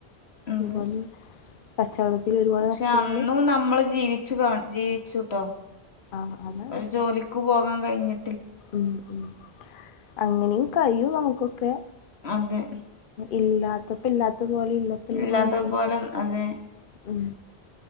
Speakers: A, on the left; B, on the left.
A: എന്ത്
B: അതുപോലെ കച്ചവടത്തിൽ ഒരുപാട്
A: പക്ഷെ
B: നഷ്ടങ്ങൾ
A: അന്നും നമ്മള് ജീവിച്ചു കാണി ജീവിച്ചുട്ടോ
B: ആ അതാണ്
A: ഒരു ജോലിക്ക് പോകാൻ കയിഞ്ഞ്
B: ഉം ഉം അങ്ങനെയും കയ്യും നമുക്കൊക്കെ
A: അതെ
B: ഇല്ലാത്തപ്പ ഇല്ലാ ത്തു പോലെ ഇല്ലത്തപോലെയും
A: ഇല്ലാതെ
B: ജീവിക്കാൻ
A: പോലെ
B: നോക്ക
A: അതെ
B: ഉം